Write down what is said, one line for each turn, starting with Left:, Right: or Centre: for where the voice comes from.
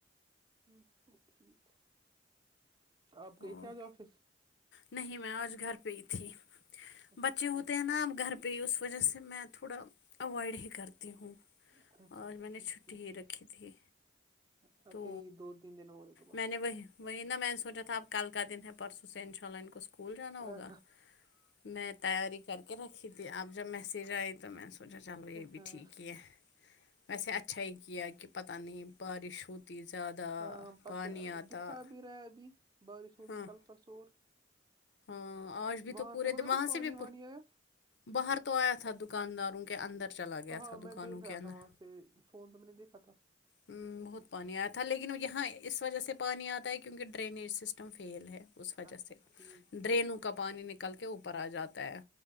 Right: ہمم سب ٹھیک آپ گئی
Left: اور
Right: تھی آج آفس
Left: نہیں میں آج گھر پہ ہی تھی
Right: اچھا
Left: بچے ہوتے
Right: ٹھیک
Left: ہیں نا اب گھر پہ اس وجہ سے میں تھوڑا اوائڈ ہی کرتی ہوں
Right: اچھا
Left: اور میں
Right: ٹھیک
Left: نے چھٹی
Right: ٹھیک
Left: ہی رکھی تھی
Right: اچھا
Left: تو
Right: آپ کیا یہ دو تین دن ہو رہے تو بس
Left: میں نے وہی وہی نا میں نے سوچا تھا اپ کل کا دن ہے پرسوں سے انشاء اللہ ان کو اسکول جانا
Right: ہاں
Left: ہوگا میں تیاری کر کے رکھی تھی آپ جب میسیج آئی تو میں نے چلو یہ بھی
Right: ہاں
Left: ٹھیک ہی ہے ویسے اچھا ہی کیا کہ پتاہ نہیں بارش ہوت تی زیادہ
Right: ہاں پت
Left: پانی آتا
Right: دکھا بھی رہا ابھی بارش ہوگی
Left: ہاں
Right: کل پرسو اور
Left: ہاں آج بھی تو
Right: وہاں
Left: پورے
Right: سے مطلب
Left: دما
Right: کچھ
Left: وہاں
Right: پانی
Left: سے بھی
Right: وانی آیا
Left: باہر تو آیا تھا دکانداروں کے اندر چلا گیا
Right: ہاں
Left: تھا دکانوں
Right: میں دیکھ
Left: کے
Right: رہا
Left: اندر
Right: تھا وہاں سے فون پہ میں نے دیکھا تھا
Left: ہمم بہت پانی آیا تھا لیکن یہاں اس وجہ سے پانی آتا ہے کیونکہ ڈرینیج سسٹم فیل ہے اس وجہ
Right: اچھا
Left: سے
Right: ٹھیک ٹھیک
Left: ڈرینوں کا پانی نکل کے اوپر آ جاتا ہے